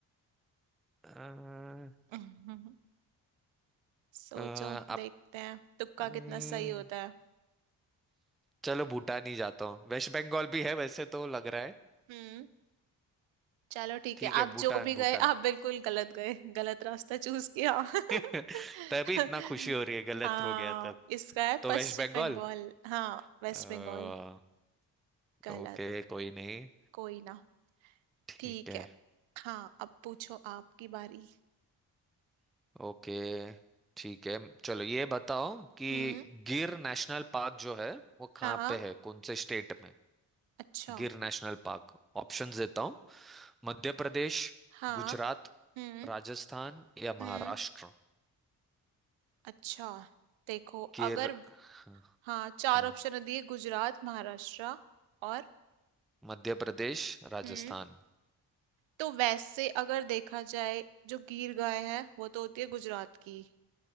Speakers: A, in the centre; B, on the right.
A: अ,
B: <laughs> सोचो
A: अ, आप
B: देखते हैं तुक्का
A: अम्म,
B: कितना सही होता है
A: चलो भूटान ही जाता हूँ वेस्ट बंगाल भी है वैसे तो लग रहा है
B: हम्म चलो ठीक
A: ठीक
B: है
A: है
B: आप
A: भूटान
B: जो भी
A: भूटान
B: गए आप बिल्कुल गलत गए गलत रास्ता चूज किया <laughs>
A: <laughs> तभी इतना खुशी हो रही है गलत
B: हाँ
A: हो गया तब
B: इसका है
A: तो
B: पश्चिम
A: वेस्ट बंगाल
B: बंगाल हाँ वेस्ट
A: अ,
B: बंगाल गलत
A: ओके कोई नहीं
B: कोई ना
A: ठीक
B: ठीक
A: है
B: है हाँ अब पूछो आपकी बारी
A: ओके ठीक है चलो ये बताओ कि
B: हम्म
A: गिर नेशनल पार्क जो है वो कहाँ
B: हाँ
A: पे है कौन से स्टेट में
B: अच्छा
A: गिर नेशनल पार्क ऑप्शंस देता हूँ मध्य प्रदेश
B: हाँ
A: गुजरात
B: हम्म
A: राजस्थान या
B: हम्म
A: महाराष्ट्र
B: अच्छा देखो
A: गिर
B: अगर
A: हाँ
B: हाँ चार
A: हाँ
B: ऑप्शन दिए गुजरात महाराष्ट्र और
A: मध्य प्रदेश राजस्थान
B: हम्म तो वैसे अगर देखा जाए जो गीर गाय है वो तो होती है गुजरात की